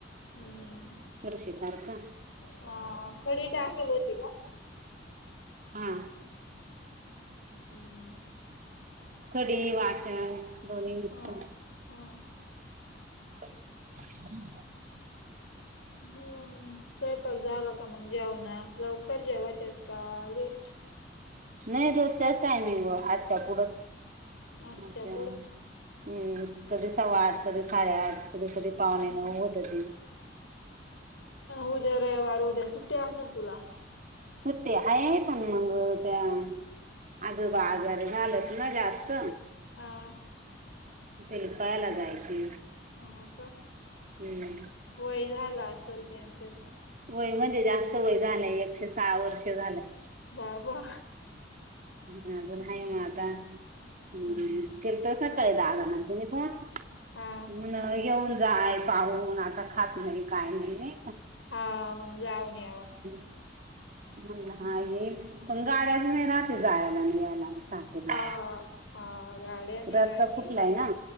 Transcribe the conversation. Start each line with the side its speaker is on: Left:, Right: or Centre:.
Left: हम.
Right: फरशी सारखा
Left: हा खडी टाकेल होती का?
Right: हा.
Left: हमं.
Right: खडी वाश दोन्ही मिक्स.
Left: हा हा
Right: <inaudible>
Left: बोल ना. स्वयंपाक झाला का मग? जेऊ ना. लवकर जेवतेस का लेट?
Right: नाही रोजच्याच टाइमिंग हुवा आजच्या पुढं
Left: आठच्या
Right: हम.
Left: पुढं
Right: कधी सवा आठ, कधी साडेआठ, कधी
Left: हम्म
Right: पाहुणे नऊ होतात.
Left: उद्या रविवार उद्या सुट्टी असेल तुला?
Right: सुट्टी हय पण मग त्या आजोबा आजारी झालेत ना जास्त.
Left: <unintelligible>
Right: ते पहायला जायची.
Left: हो का.
Right: हम्म
Left: वय झाला असेल त्यांचं पण.
Right: वय म्हणजे जास्त वय झालंय. एकशे सहा वर्ष झालंय.
Left: बाबा!
Right: ह अजून
Left: हम्म
Right: आहे ना आता. हम्
Left: हम्म
Right: केलतासा काय दहा जणांनी फोन?
Left: हा
Right: म्हण येऊन जाय. काहून आता खात नाही काही नाही.
Left: हा मग जाऊन यावा
Right: <unintelligible> म्हणलं
Left: हम्म
Right: हा ये. पण गाड्याच नाही रात्री जायला यायला. साकेला.
Left: हा हा. गाड्या नाही
Right: रस्ता
Left: राहती
Right: फुटलाय ना